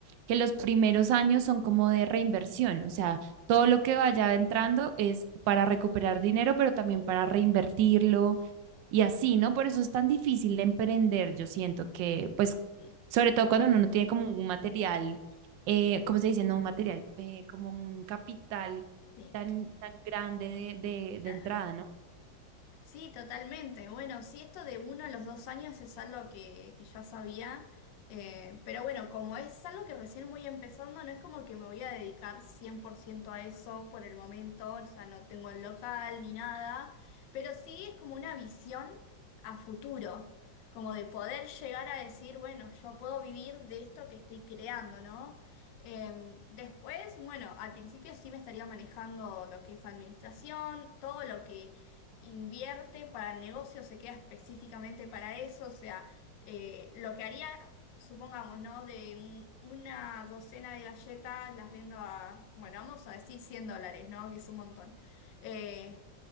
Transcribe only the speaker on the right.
que los primeros años son como de reinversión, o sea, todo lo que vaya entrando es para recuperar dinero, pero también para reinvertirlo y así, ¿no? Por eso es tan difícil emprender, yo siento que, pues,
sobre todo cuando uno no tiene como un material, eh, ¿cómo se dice? No un material, eh, como un capital
tan, tan grande de, de, de
entrada, ¿no?